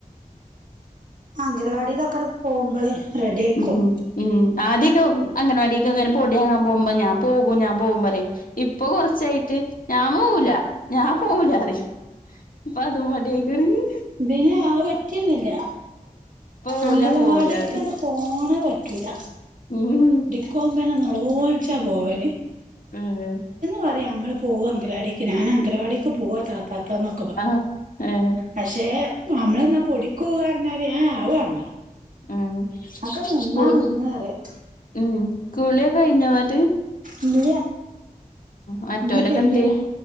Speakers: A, on the right (about 65°); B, on the left (about 75°).
A: അംഗലവാടിയിലൊക്കെടെ പോകുമ്പോളേ റെഡി ആയിക്കോളും
B: ഉം ഉം ആദ്യൊക്കെ അംഗൻവാടിക്കൊക്കേ ഇങ്ങനെ പൊടിയങ്ങാൻ പോകുമ്പോ ഞാൻ പോകും ഞാൻ പോകും പറയും ഇപ്പൊ കൊറച്ചായിട്ട് ഞാൻ പോവല ഞാൻ പോവലറി അപ്പൊ അതും മടിആയി <unintelligible>
A: ഇതിൻ ആ ഹ് പറ്റെന്നല്ല
B: പോവൂല
A: അംഗൽവാടി
B: പോവൂലാറിം
A: ക്കാണ്ട് പോണ പറ്റൂല
B: ഉം
A: ഓൻ ഇങ്ങനെ നെലൊൾച്ച പൊവൽ
B: ഏഹ്
A: പറയാ നമ്മൾ പോക അങ്കലാടിക്ക് ഞാൻ അങ്കലവാടിക്ക് പോക താത്താന്നൊ
B: ആ ഹ്ആഹ്
A: പക്ഷെ നമ്മളന്നാ പൊടിക്ക്പൊവാന്ന് പറഞ്ഞാൽ അഹ് ആഹ് മാണ്ട
B: ഉം
A: അക്കെ നിന്നാ
B: സ്കൂ
A: നിന്ന അറിയാം
B: ഉം കുളിയൊക്കെ കഴിഞ്ഞ ഞ്ഞട്ട്
A: ഇല്ല്യ
B: മറ്റോലൊക്കെ
A: ഇഞ്ഞ തിരുമ്പി
B: എന്ത്യേ
A: കു